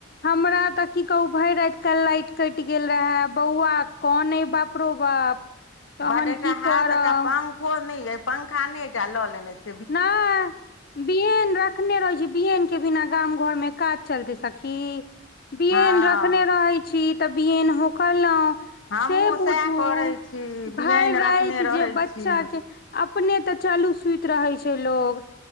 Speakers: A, on the left (about 50°); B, on the left (about 75°).
A: हमरा तऽ की कहू भैर राएत काएल लाइट कैट गेल रेहाए, बौअवा कानै बाप रो बाप। तहन
B: बड एकटा
A: की
B: हाथ
A: करब
B: एकटा पंखो नै या पंखा नै एकटा ल लेने छी।
A: नै। बिएन रखने रहै छी, बिएन के बिना गाम घर मे काज चलतै सखी। बिएन
B: हँ
A: रखने रहै छी तऽ बिएन होकलौ।
B: हमहूँ
A: से बुझू
B: सएह करै छी बियैन
A: भैर राएत
B: रखने रहै
A: जे बच्चा
B: छी
A: के अपने तऽ चलु सुत रहै छै लोग।